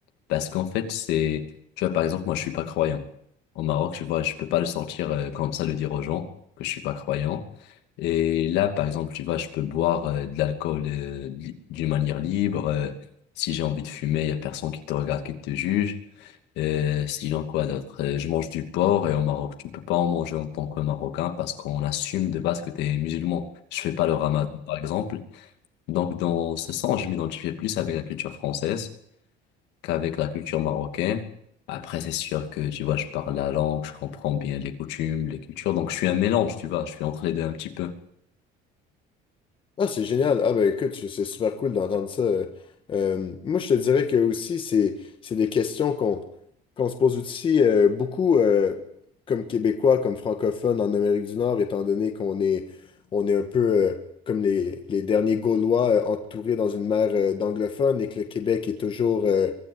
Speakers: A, on the left (about 75°); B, on the left (about 30°).
A: Parce qu'en fait, c'est, tu vois, par exemple, moi, je suis pas croyant. Au Maroc, tu vois, je peux pas le sortir euh, comme ça, le dire aux gens que je suis pas croyant. Et là, par exemple, tu vois, je peux boire euh, de l'alcool euh, li- d'une manière libre. euh, si j'ai envie de fumer, il y a personne qui te regarde, qui te juge. Euh, sinon, quoi d'autre? Euh, je mange du porc et au Maroc, tu peux pas en manger en tant que Marocain parce qu'on assume de base que tu es musulman. Je fais pas le ramadan, par exemple. Donc, dans ce sens, je m'identifie plus avec la culture française qu'avec la culture marocaine. Après, c'est sûr que, tu vois, je parle la langue, je comprends bien les coutumes, les cultures. Donc, je suis un mélange, tu vois, je suis entre les deux un petit peu.
B: Ah, c'est génial. Ah, ben écoute, je- c'est super cool d'entendre ça. Euh, euh, moi, je te dirais que aussi, c'est c'est des questions qu'on qu'on se pose aussi euh, beaucoup euh, comme Québécois, comme francophones en Amérique du Nord, étant donné qu'on est, on est un peu euh, comme les, les derniers Gaulois euh, entourés dans une mer euh, d'anglophones et que le Québec est toujours euh,